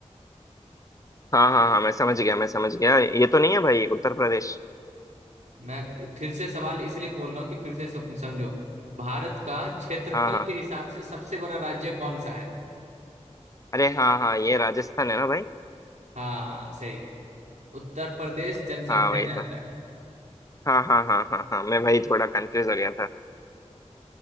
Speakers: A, on the left; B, on the right.
A: हाँ हाँ हाँ मैं समझ गया मैं समझ गया ये तो नहीं है भाई उत्तर प्रदेश
B: मैं फिर से सवाल इसलिए बोल रहा हूँ कि फिर से सम- समझो भारत का क्षेत्रफल
A: हाँ हाँ
B: के हिसाब से सबसे बड़ा राज्य कौन सा है
A: अरे हाँ हाँ ये राजस्थान है ना भाई
B: हाँ सही उत्तर प्रदेश जनसंख्या
A: हाँ वही
B: में आता
A: तो
B: है
A: हाँ हाँ हाँ हाँ हाँ मैं वही थोड़ा कंफ्यूज हो गया था